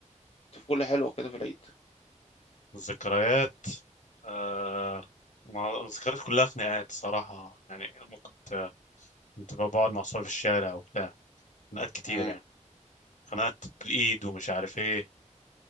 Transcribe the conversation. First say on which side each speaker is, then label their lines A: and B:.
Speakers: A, on the left (about 50°); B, on the left (about 75°).
A: طفولة حلوة كده في العيد
B: الذكريات آه ما- الذكريات كلها خناقات صراحه يعني لما كنت كنت بقعد مع اصحابي في الشارع وبتاع خناقات كتير
A: مم.
B: يعني خناقات بالايد ومش عارف ايه